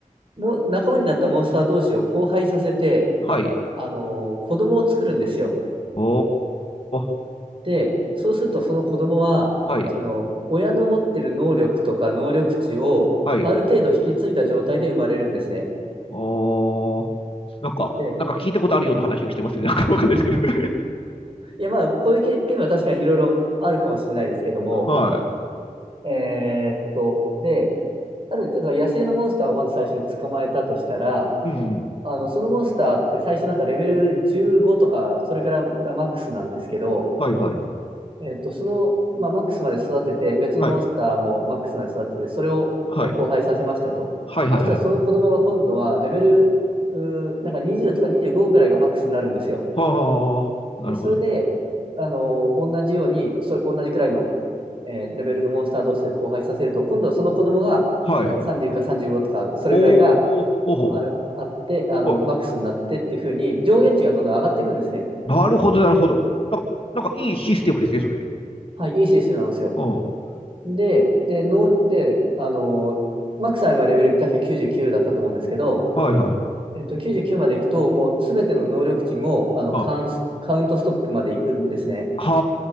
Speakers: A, on the right; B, on the left.
A: う、もう仲間になったモンスター同士を交配させて、
B: はい、
A: あのー子供を作るんですよ。
B: おー、
A: で、そうするとその子供は、
B: はい、
A: その親の持ってる能力とか能力値をある程度引き継いだ状態で生まれるんですね。
B: はい、おー。なんか、
A: で、
B: なんか聞いたことあるような話をしてますね。なんかわかんないですけど。<laughs>
A: いやまあ、こういう経験は確かにいろいろあるかもしれないですけども、
B: は
A: えーっと、で、ある、だから野生のモンスターをまず最初に捕まえたとしたら、
B: い。うん。
A: あの、そのモンスターって最初なんかレベル15とか、それからがマックスなんですけど、
B: はいはい。
A: えっと、その、まあ、マックスまで育てて、別のモンスターもマックスまで育てて、
B: はい。
A: それをさらに交配させましたと。
B: はい。はいはいはい。
A: そしたらその子供は今度はレベル、うーなんか20とか25ぐらいがマックスになるんですよ。
B: はあ。なるほど。
A: で、それで、あのー同じように、それ、同じくらいの、えーレベルのモンスター同士で交配させると、今度はその子供が
B: はい。
A: 30か35とか、それぐらいが
B: おー、ほうほうほ
A: ある、あって、あの、
B: う。はい
A: マックスになってっていう風に、上限値がどんどん上がっていくんですね。
B: なるほど、なるほど。なんか、なんかいいシステムですね、それ。
A: はい、いいシステムなんですよ。
B: うん。は
A: で、で、の、で、あのーマックスは今レベル確か99だったと思うんですけど、
B: いはい。
A: えっと、99まで行くと、もうすべての能力値も、あの、
B: あ、
A: カウンス、
B: は
A: カウントストップまで行くんですね。
B: あ、